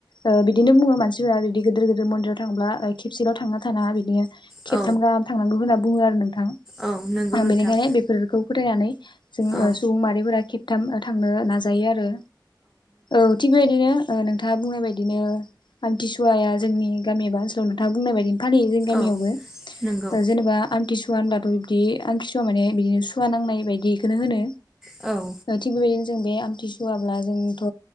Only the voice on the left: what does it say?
ओ बिदिनो बुङो मानसिफोरा बिदि गिदिर गिदिर मन्दिराव थांब्ला खेबसेल' थांना थानाङा बिदिनो खेबथाम
गाहाम थांनांगौ होनना बुङो आरो नोंथां
आं
बेनिखायनो बेफोरखौ फोथायनानै जों
सुबुं माहारिफोरा खेबथाम थांनो नाजायो आरो। औ थिग बेबादिनो ओ नोंथाङा बुंनाय बाददिनो आमथिसुवाया जोंनि गामि एबा ओनसोलाव नोंथाङा बुंनाय बायदिनो फालयो जोंनि गामियावबो
जेनेबा आमथिसु वा होनब्लाथ' बिदि आमथिसुवआ माने बिदिनो सुवा नांनाय बायदि बेखौनो होनो।
थिग बेबायदिनो जों बे आमथिसुवाब्ला जोंथ'